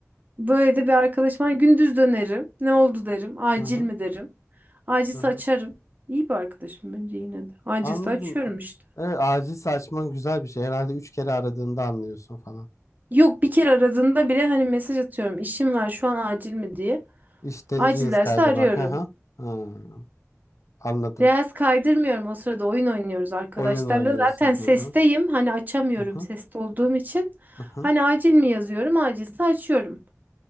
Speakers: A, on the right; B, on the left.
A: Böyle de bir arkadaşım var. Gündüz dönerim. Ne oldu derim. Acil
B: Hı hı.
A: mi derim. Acilse
B: Hı hı.
A: açarım. İyi bir arkadaşım bence yine de. Acilse
B: Anladım.
A: açıyorum işte.
B: Evet, acil açman güzel bir şey. Herhalde üç kere aradığında anlıyorsun falan.
A: Yok bir kere aradığında bile hani mesaj atıyorum. İşim var şu an acil mi diye.
B: İşte
A: Acil
B: Reels
A: derse
B: kaydırmak.
A: arıyorum.
B: Hı hı. Hı. Anladım.
A: Reels kaydırmıyorum o sırada oyun oynuyoruz arkadaşlarla.
B: Oyun oynuyorsun.
A: Zaten sesteyim.
B: Hı hı.
A: Hani açamıyorum
B: Hı hı.
A: seste olduğum için.
B: Hı hı.
A: Hani acil mi yazıyorum. Acilse açıyorum.